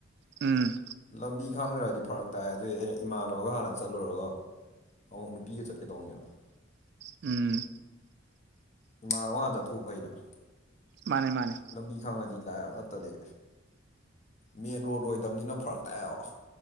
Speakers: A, on the right; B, on the left.
A: ꯎꯝ
B: ꯂꯝꯕꯤ ꯈꯪꯗ꯭ꯔꯗꯤ ꯐꯔꯛ ꯇꯥꯏ ꯑꯗꯨꯏ ꯑꯩꯅ ꯏꯃꯥꯟꯅꯕꯒ ꯍꯥꯟꯅ ꯆꯠꯂꯨꯔꯒ ꯑꯃꯨꯛ ꯅꯨꯄꯤꯒ ꯆꯠꯀꯦ ꯇꯧꯕꯅꯦꯕ
A: ꯎꯝ
B: ꯏꯃꯥꯟꯅꯕ ꯉꯥꯛꯇ ꯊꯣꯛꯎꯕ ꯐꯩꯅ
A: ꯃꯥꯅꯦ ꯃꯥꯅꯦ
B: ꯂꯝꯕꯤ ꯈꯪꯉꯗꯤ ꯂꯥꯏꯑꯕ ꯅꯠꯇꯗꯤ ꯃꯦꯟ ꯔꯣꯗ ꯑꯣꯏꯗꯕꯅꯤꯅ ꯐꯔꯛ ꯇꯥꯛꯑꯦꯕ